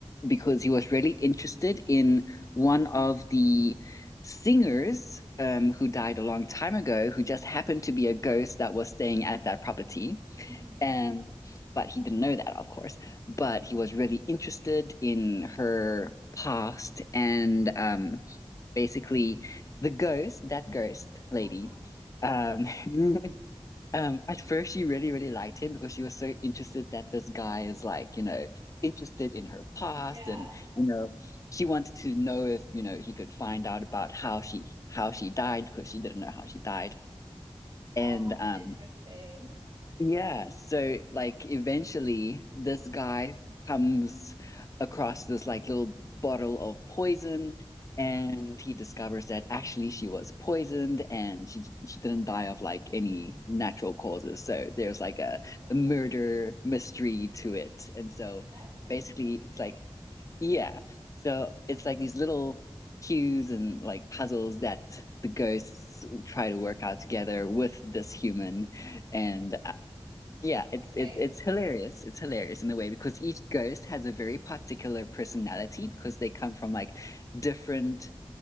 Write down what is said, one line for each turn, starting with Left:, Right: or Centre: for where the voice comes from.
Left: because he was really interested in one of the singers um who died a long time ago who just happened to be a ghost that was staying at that property.
Right: Mm-hmm.
Left: Um but he didn't know that, of course. But he was really interested in her past and um basically the ghost, that ghost lady,
Right: Uh-huh.
Left: um, <laughs> um, at first she really, really liked him because she was so interested that this guy is like, you know, interested in her past
Right: Yeah.
Left: and you know, she wanted to know if, you know, he could find out about how she how she died because she didn't know how she died.
Right: Oh,
Left: And
Right: that's
Left: um
Right: interesting.
Left: yeah, so like eventually this guy comes across this like little bottle of poison and he discovers that actually she was poisoned and she she didn't die of like any natural causes. So there's like a,
Right: Oh,
Left: a murder mystery to it. And so
Right: that's interesting.
Left: basically it's like yeah. So it's like these little cues and like puzzles that the ghosts try to work out together with this human and uh, yeah, it's it's
Right: Okay.
Left: it's hilarious. It's hilarious in a way because each ghost has a very particular personality because they come from like different